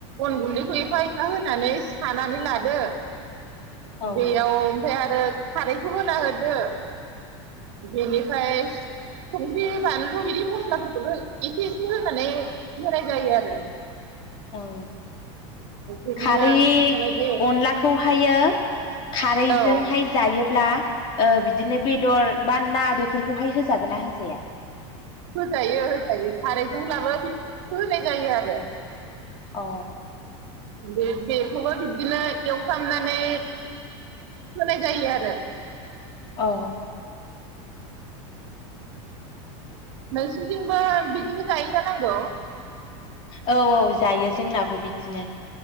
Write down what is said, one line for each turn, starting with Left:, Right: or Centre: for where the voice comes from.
Right: अन गुन्दैखौ एफा एफा होनानै सानानै लादो
Left: औ
Right: बेयाव ओमफाय आंथ दोथ खारैखौ होना होदो बेनिफाय संख्रि बानलु बिदि मस्लाफोरखौबो एसे एसे होनानै होनाय जायो आरो
Left: औ
Right: बिदिनो
Left: खारै
Right: संनाय जायो
Left: अनलाखौहायो खारैजोंहाय
Right: औ
Left: जायो ब्ला ओ बिदिनो बेदर बा ना बेफोरखौहाय होजागोन ना होजाया?
Right: होजायो होजायो खारैजोंल्बाबो बिब होनाय जायो आरो
Left: अ
Right: बे बेख'बो दिदि बिदिनो एवफ्रामनानै होनाय जायो आरो
Left: अ
Right: नोंसिनदिनबो बिदिनो जायो जानांगौ।
Left: औ औ जायो जोंनाबो बिदिनो।